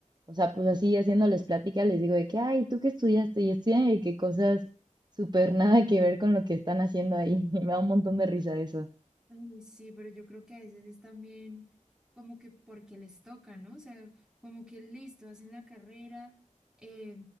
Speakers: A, on the right (about 30°); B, in the centre.
A: o sea, pues así haciéndoles plática les digo de que, ay, ¿tú qué estudiaste? Y estudian de que cosas súper nada que ver con lo que están haciendo ahí, <laughs> me da un montón de risa eso.
B: Ay, sí, pero yo creo que a veces es también como que porque les toca, ¿no? O sea, como que listo, hacen la carrera, eh,